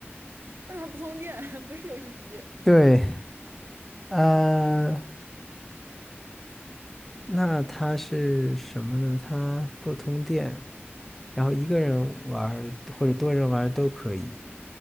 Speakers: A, on the right; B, in the centre.
A: 但它不通电，<laughs> 不是游戏机。
B: <laughs> 对。呃，那它是什么呢？它不通电，然后一个人玩儿或者多人玩儿都可以。